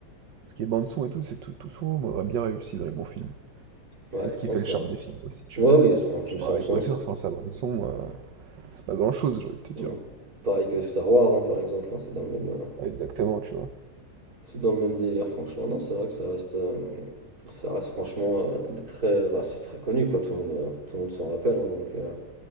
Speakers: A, on the right; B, on the right.
A: Ce qui est bande-son et tout, c'est tout, tout sombre, aurait bien réussi dans les bons films.
B: Ouais,
A: C'est ce qui
B: non,
A: fait
B: c'est
A: le charme
B: vrai.
A: des films aussi, tu
B: Ouais,
A: vois.
B: oui, c'est un film
A: Genre
B: sans
A: Harry
B: son,
A: Potter
B: c'est.
A: sans sa bande son, euh, c'est pas grand-chose, j'ai envie de te dire.
B: Mm. Pareil que Star Wars, hein, par exemple, hein, c'est dans le même, euh,
A: Ouais, exactement, tu vois.
B: c'est dans le même délire, franchement. Non, c'est vrai que ça reste, euh, ça reste franchement euh, des très, bah, c'est très connu, quoi. Tout le monde, euh, tout le monde s'en rappelle, hein, donc. euh,